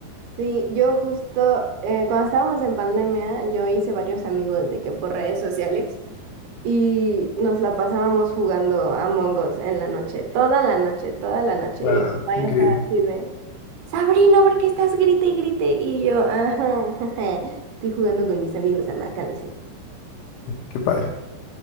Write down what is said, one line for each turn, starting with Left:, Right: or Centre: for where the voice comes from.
Right: Sí, yo justo eh, cuando estábamos en pandemia, yo hice varios amigos de que por redes sociales y nos la pasábamos jugando Among Us en la noche, toda la noche, toda la noche.
Left: Wow,
Right: Y mi mamá
Left: qué
Right: ya
Left: increíble,
Right: estaba así de, Sabrina, ¿por qué estás grite y grite? Y yo, ajá, <laughs> jeje, estoy jugando con mis amigos, mamá, cálmese.
Left: qué padre.